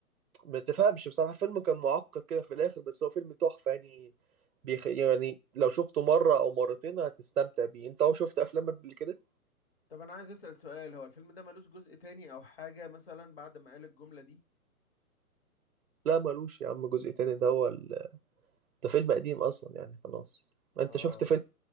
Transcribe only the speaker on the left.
طب انا عايز اسأل سؤال هو الفيلم ده ملوش جزء تاني او حاجة مثلا بعد ما قال الجملة دي
اه